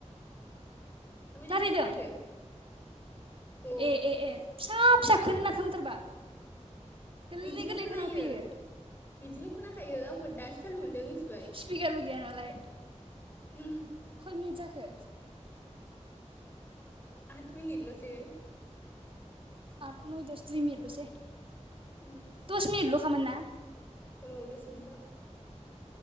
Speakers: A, on the left; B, on the right.
A: ओमफाय जेबो
B: रायलायदों
A: खोनाया‌ आरो औ
B: ए ए ए फिसा फिसा खोना थांथारबा गोरलै
A: बिदिल
B: गोरलै
A: खोनायो
B: खोनाफैयो
A: बिदिल खोनाखायो आंबो दासो थाल मोनदों मिथिबाय
B: स्पिकारबो गैया नालाय
A: ओम
B: खय मिनिट जाखो
A: आट मिनिटलसो
B: आद नय दस दुइ मिनिद लसै
A: उम,
B: दस मिनिट लखामोन ना
A: औ दसमिनितल